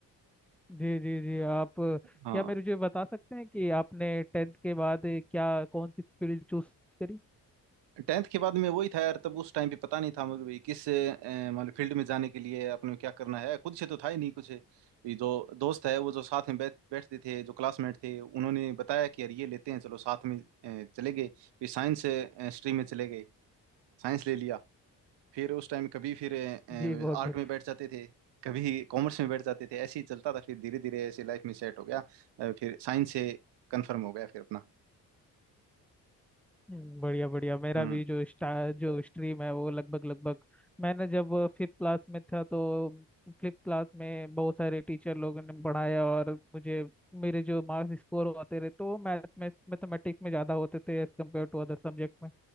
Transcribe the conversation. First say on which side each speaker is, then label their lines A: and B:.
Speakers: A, in the centre; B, on the right.
A: जी जी जी आप अ,
B: हाँ
A: क्या मेरे मुझे बता सकते हैं कि आपने टेंथ के बाद अ, क्या कौन सी फील्ड चूज करी
B: टेंथ के बाद में वही था यार तब उस टाइम पे पता नहीं था मुझे भी किस अ, मतलब फील्ड में जाने के लिए अपने को क्या करना है खुद से तो था ही नहीं कुछ ये जो दोस्त है वो जो साथ में बैठ बैठते थे जो क्लासमेट थे उन्होंने बताया कि यार ये लेते हैं चलो साथ में अ, चले गए फिर साइंस स्ट्रीम में चले गए साइंस ले लिया फिर उस टाइम कभी फिर
A: जी बहुत
B: आर्ट
A: बढ़िया
B: में बैठ जाते थे कभी कॉमर्स में बैठ जाते थे ऐसे ही चलता था फिर धीरे धीरे ऐसे लाइफ में सेट हो गया अ, फिर साइंस से कन्फर्म हो गया फिर अपना
A: हम्म, बढ़िया बढ़िया मेरा
B: हम्म
A: भी जो स्टा जो स्ट्रीम है वो लगभग लगभग मैंने जब फिफ्थ क्लास में था तो फिफ्थ क्लास में बहुत सारे टीचर लोगों ने पढ़ाया और मुझे मेरे जो मार्क्स स्कोर होते रहे तो वो मैथ में मैथमेटिक्स में ज़्यादा होते थे as compared to other subject में